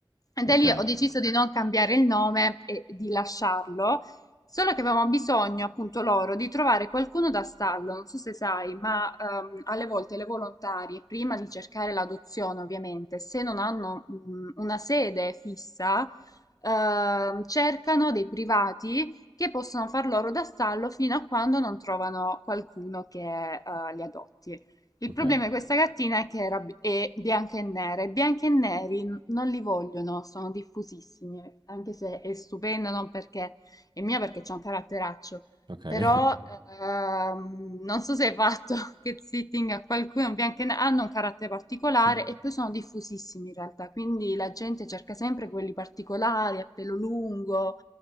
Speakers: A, on the left; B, on the right.
A: E da
B: Ok,
A: lì ho deciso di non cambiare il nome e di lasciarlo, solo che avevamo bisogno, appunto, loro di trovare qualcuno da stallo. Non so se sai, ma ehm, alle volte le volontarie, prima di cercare l'adozione, ovviamente, se non hanno mm, una sede fissa, ehm, cercano dei privati che possono far loro da stallo fino a quando non trovano qualcuno che eh, li adotti. Il
B: ok,
A: problema di questa cartina è che era bi- è bianca e nera e bianchi e neri n- non li vogliono, sono diffusissimi, anche se è stupenda, non perché è mia perché c'è un caratteraccio,
B: ok. <laughs>
A: però ehm, non so se hai fatto <laughs> che sitting a qualcuno bianco e nero, hanno un carattere particolare
B: Ti-
A: e poi sono diffusissimi in realtà, quindi la gente cerca sempre quelli particolari a pelo lungo,